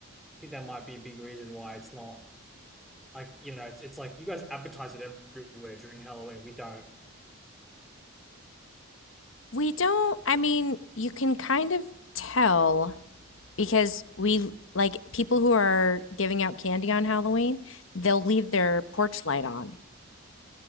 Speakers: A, in the centre; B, on the left.
A: think that might be a big reason why it's not. Like, you know, it's it's like you guys advertise it everywhere during Halloween. We don't.
B: We don't, I mean, you can kind of tell because we like people who are giving out candy on Halloween, they'll leave their porch light on.